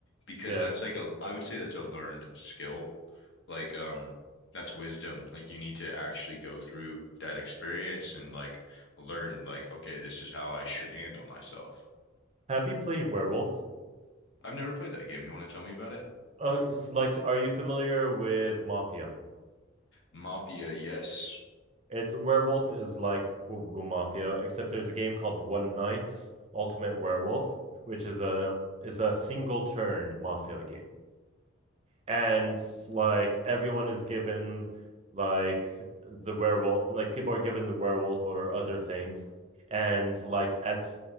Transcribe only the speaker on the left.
because
that's like a I would say that's a learned skill. Like, um, that's wisdom. Like, you need to actually go through that experience and like learn, like, okay, this is how I should handle myself.
I've never played that game. You want to tell me about it?
Mafia, yes.